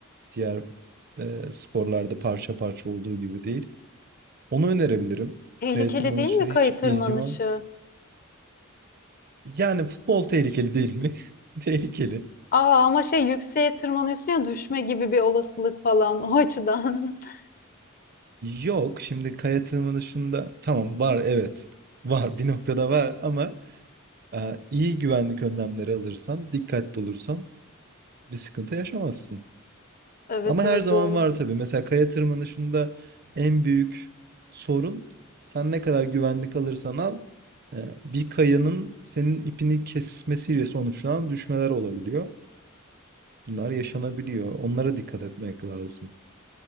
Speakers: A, on the right; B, on the left.
A: Diğer e, sporlarda parça parça olduğu gibi değil. Onu önerebilirim.
B: Tehlikeli
A: Kaya tırmanışı
B: değil mi
A: hiç
B: kayı tırmanışı?
A: ilgim var. Yani futbol tehlikeli değil mi? <laughs> Tehlikeli.
B: Aa ama şey yükseğe tırmanıyorsun ya düşme gibi bir olasılık falan o açıdan. <laughs>
A: Yok, şimdi kaya tırmanışında tamam var evet. Var bir noktada var ama e, iyi güvenlik önlemleri alırsan, dikkatli olursan bir sıkıntı yaşamazsın.
B: Evet
A: Ama her
B: evet
A: zaman
B: doğru.
A: var tabii. Mesela kaya tırmanışında en büyük sorun sen ne kadar güvenlik alırsan al e, bir kayanın senin ipini kesmesiyle sonuçlanan düşmeler olabiliyor. Bunlar yaşanabiliyor. Onlara dikkat etmek lazım.